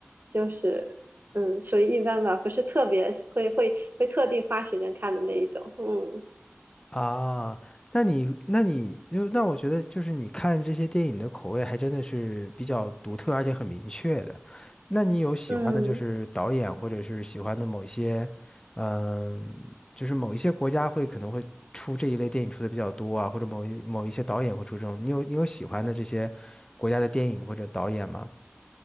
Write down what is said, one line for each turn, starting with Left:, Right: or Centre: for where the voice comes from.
Right: 就是嗯，属于一般吧，不是特别会会会特地花时间看的那一种。嗯
Left: 啊，那你那你就那我觉得就是你看这些电影的口味还真的是比较独特，而且很明确的。那你有喜欢的就是导演，
Right: 嗯。
Left: 或者是喜欢的某一些，嗯，就是某一些国家会可能会出这一类电影出的比较多啊，或者某一某一些导演会出这种。你有你有喜欢的这些国家的电影或者导演吗？